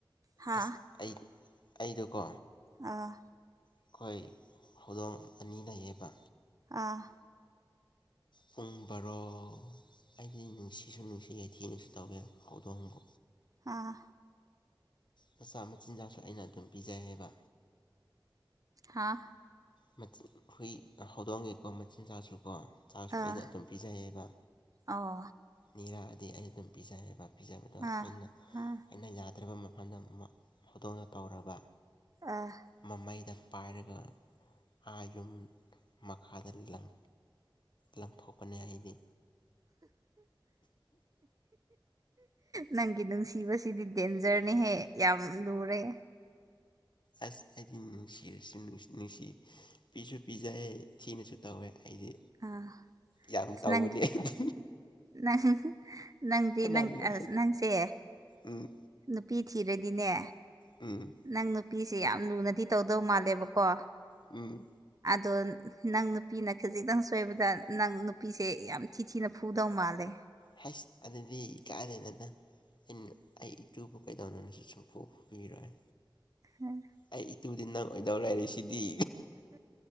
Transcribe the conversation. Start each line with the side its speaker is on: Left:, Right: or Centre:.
Right: ꯍꯥ
Left: ꯑꯁ ꯑꯩ ꯑꯩꯗꯣꯀꯣ
Right: ꯑꯥ
Left: ꯑꯩꯈꯣꯏ ꯍꯧꯗꯣꯡ ꯑꯅꯤ ꯂꯩꯌꯦꯕ
Right: ꯑꯥ
Left: ꯄꯨꯡ ꯕꯥꯔꯣ ꯑꯩꯗꯤ ꯅꯨꯡꯁꯤꯁꯨ ꯅꯨꯡꯁꯤ ꯌꯥꯊꯦꯡꯅꯁꯨ ꯇꯧꯋꯦ ꯍꯧꯗꯣꯡꯕ
Right: ꯑꯥ
Left: ꯃꯆꯥ ꯃꯆꯤꯟꯖꯥꯛꯁꯨ ꯑꯩꯅ ꯑꯗꯨꯝ ꯄꯤꯖꯩ ꯍꯥꯏꯕ
Right: ꯍꯥꯥ
Left: ꯆꯤꯟ ꯍꯨꯏ ꯍꯧꯗꯣꯡꯉꯦꯀꯣ ꯃꯆꯤꯟꯖꯥꯛꯁꯨ ꯀꯣ ꯆꯥꯛꯁꯨ
Right: ꯑꯥ
Left: ꯑꯩꯅ ꯑꯗꯨꯝ ꯄꯤꯖꯩꯌꯦꯕ
Right: ꯑꯣ
Left: ꯅꯤꯔꯥꯗꯤ ꯑꯩ ꯑꯗꯨꯝ ꯄꯤꯖꯩꯑꯕ ꯄꯤꯖꯕꯗꯣ
Right: ꯑꯥ
Left: ꯑꯩꯅ
Right: ꯑꯥ
Left: ꯑꯩꯅ ꯌꯥꯗ꯭ꯔꯔꯤꯕ ꯃꯐꯝꯗ ꯍꯧꯗꯣꯡꯅ ꯇꯧꯔꯕ
Right: ꯑꯥ
Left: ꯃꯃꯩꯗ ꯄꯥꯏꯔꯒ ꯑꯥ ꯌꯨꯝ ꯃꯈꯥꯗ‌ ꯂꯪ ꯂꯪꯊꯣꯛꯄꯅꯦ ꯑꯩꯗꯤ
Right: ꯅꯪꯒꯤ ꯅꯨꯡꯁꯤꯕꯁꯤꯗꯤ ꯗꯦꯟꯖꯔꯅꯦꯍꯦ ꯌꯥꯝ ꯂꯨꯔꯦ
Left: ꯑꯁ ꯑꯩꯗꯤ ꯅꯨꯡꯁꯤꯔꯁꯨ ꯅꯨꯡꯁꯤ ꯄꯤꯁꯨ ꯄꯤꯖꯩ ꯊꯤꯅꯁꯨ ꯇꯧꯋꯦ ꯑꯩꯗꯤ
Right: ꯑꯥ
Left: ꯌꯥꯝ
Right: ꯑꯁ
Left: ꯇꯧꯕꯅꯤ
Right: ꯅꯪꯒꯤ
Left: ꯑꯩꯗꯤ
Right: ꯅꯪ ꯅꯪꯗꯤ
Left: ꯈꯠꯅꯅꯤꯡꯉꯥꯏꯁꯨ
Right: ꯅꯪ ꯑ ꯅꯪꯁꯦ
Left: ꯎꯝ
Right: ꯅꯨꯄꯤ ꯊꯤꯔꯗꯤꯅꯦ
Left: ꯎꯝ
Right: ꯅꯪ ꯅꯨꯄꯤꯁꯦ ꯌꯥꯝ ꯂꯨꯅꯗꯤ ꯇꯧꯗꯧ ꯃꯥꯜꯂꯦꯕꯀꯣ
Left: ꯎ
Right: ꯑꯗꯣ ꯅꯪ ꯅꯨꯄꯤꯅ ꯈꯤꯖꯤꯛꯇꯪ ꯁꯣꯏꯕꯗ ꯅꯪ ꯅꯨꯄꯤꯁꯦ ꯌꯥꯝ ꯊꯤ ꯊꯤꯅ ꯐꯨꯗꯧ ꯃꯥꯜꯂꯦ
Left: ꯍꯁ ꯑꯗꯨꯗꯤ ꯀꯥꯏꯗꯩ ꯅ‌ꯣꯗ ꯑꯩꯅ ꯑꯩ ꯏꯇꯨꯕꯨ ꯀꯩꯗꯧꯅꯣꯅꯁꯨ ꯁꯨꯡꯐꯨ ꯐꯨꯕꯤꯔꯣꯏ
Right: ꯎꯝ
Left: ꯑꯩ ꯏꯇꯨꯗꯤ ꯅꯪ ꯑꯣꯏꯗꯧ ꯂꯩꯔꯤꯁꯤꯗꯤ